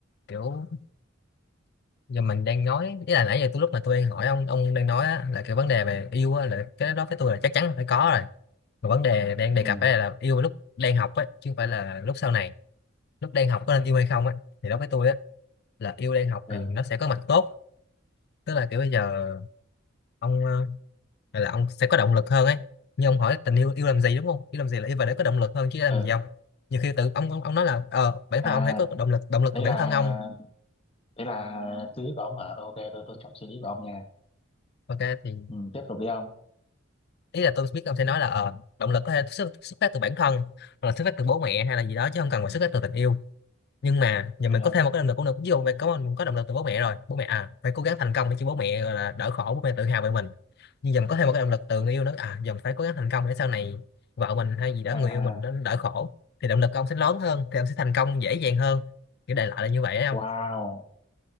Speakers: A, on the left; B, on the left.
A: kiểu giờ mình đang nói ý là nãy giờ tôi lúc mà tôi đang hỏi ông ông đang nói á, là cái vấn đề về yêu á, là cái đó với tôi là chắc chắn là phải có rồi mà vấn đề đang đề
B: ừ
A: cập ở đây là yêu lúc đang học á chứ không phải là lúc sau này lúc đang học có nên yêu hay không á thì đối với tôi á là yêu đang học
B: ờ
A: thì nó sẽ có mặt tốt tức là kiểu bây giờ ông ờ, gọi là ông sẽ có động lực hơn ấy như ông hỏi tình yêu yêu làm gì đúng không yêu làm gì là yêu và để có động lực hơn chứ làm
B: ờ
A: gì không nhiều khi tự ông ông, ông nói là ờ bản
B: à
A: thân ông thấy có động lực động lực
B: đấy
A: từ bản
B: là
A: thân ông
B: đấy là suy nghĩ của ông hả Ờ, ok tôi tôn trọng suy nghĩ của ông nha
A: ok thì
B: ừ, tiếp tục đi ông
A: ý là tôi biết ông sẽ nói là ờ, động lực có thể xuất, xuất phát từ bản thân hoặc là xuất phát từ bố mẹ hay là gì đó chứ không cần phải xuất phát từ tình yêu nhưng mà giờ
B: được
A: mình có
B: không
A: thêm một cái động lực cũng được ví dụ mình có mình có động lực từ bố mẹ rồi bố mẹ à phải cố gắng thành công để cho bố mẹ gọi là đỡ khổ bố mẹ tự hào về mình nhưng giờ mình có thêm một cái động lực từ người yêu nữa à giờ mình phải cố gắng thành công để sau này vợ mình hay gì đó
B: à
A: người yêu mình nó đỡ khổ thì động lực của ông sẽ lớn hơn thì ông sẽ thành công dễ dàng hơn kiểu đại loại là như vậy đấy không
B: wow